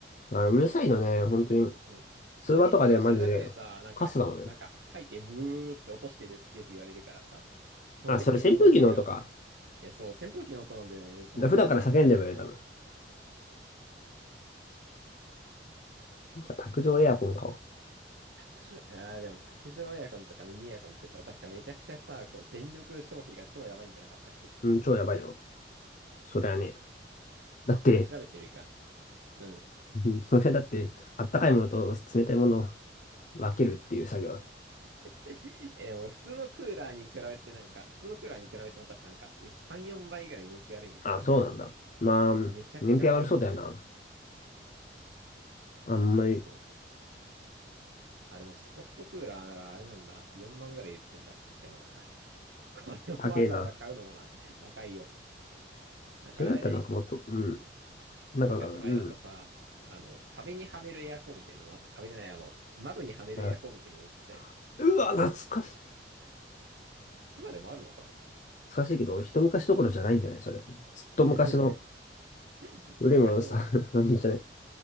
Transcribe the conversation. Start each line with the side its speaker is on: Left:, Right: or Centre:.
Left: あの、うるさいのね、本当に。
Right: そう。普通に通話してるだけでさ、
Left: 通話とかでマジで、
Right: なんかこう、
Left: カスだもんね。
Right: なんか背景ブーって落としてるってよく言われるからさ、基本的にそんなつけらんない。
Left: あ、それ扇風機の音か。
Right: え、そう、扇風機の音なんでね、たまにうるさいって言われるときは。
Left: じゃあ普段から叫んでもいいよ、多分。じゃあ卓上エアコン買お
Right: 卓上、あーでも卓上エアコンとかミニエアコンってさ、確かめちゃくちゃさ、こう、電力消費が超やばいんじゃなかったっけ
Left: う。うん、超やばいよ。それはね、だって、
Right: 調べてみるか。うん。
Left: うんそれだって、あったかいものと冷たいものを分けるっていう作業だ。
Right: <laughs> え、でも普通のクーラーに比べてなんか、普通のクーラーに比べても確かなんか、3、4倍ぐらい燃費悪いんでしょ。
Left: あ、そうなんだ。まあ、
Right: そのめちゃくちゃ悪いって。
Left: 燃費上がりそうだよな。あんまり
Right: あ、そう。あ、でもスポットクーラーならあれなんだ。4万ぐらい言ってんだ。でもな、これをわざわざ買うのもな、
Left: 高えな。
Right: 高いよ。なんかあれだよね、
Left: それだったらなんかもっと、
Right: ひと、
Left: うん、
Right: うん。一昔前だとさ、
Left: なんか、うん。
Right: あの、壁にはめるエアコンみたいなのもあって、壁じゃない、あの、窓にはめるエアコンみたいなのも売ってたよね。
Left: あうわ、懐かしい。
Right: 今でもあるのかな
Left: 懐かしいけど、一昔どころじゃないんじゃないそれ。ずっと昔の
Right: <laughs> ずっと昔のだよね。
Left: 古いものさ、<laughs> なんじゃない。